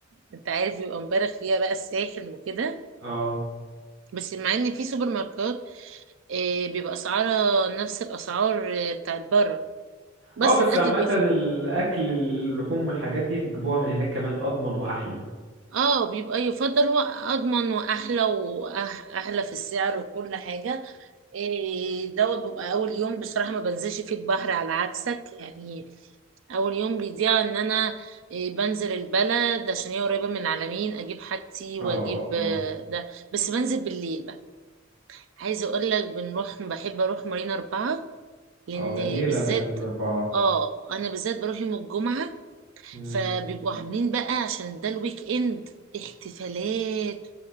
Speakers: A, on the right; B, on the right.
A: انت عارف بيبقى مبالغ فيها بقى الساحل وكده
B: اه
A: بس مع ان في سوبر ماركت آه، بيبقى اسعارها نفس الاسعار آه، بتاعت بره بس
B: اه بس
A: الاكل
B: عامة
A: بيفضل
B: الأكل اللحوم والحاجات دي بتجيبوها من هناك كمان أضمن وأحلى
A: اه بيبقى يفضل واضمن واحلى واحلى في السعر وكل حاجه إيه دوت بيبقى اول يوم بصراحه ما بنزلش فيه البحر على عكسك يعني اول يوم بيضيع ان انا إيه بنزل البلد عشان هي قريبه من العلمين اجيب حاجتي
B: اه
A: واجيب
B: اه
A: آه، ده بس بنزل بالليل بقى عايزه اقول لك بنروح بحب اروح مارينا اربعة لان
B: اه جميلة
A: بالذات
B: مريم أربعة
A: اه انا بالذات بروح يوم الجمعه
B: مم.
A: فبيبقوا عاملين بقى عشان ده الويك اند احتفالات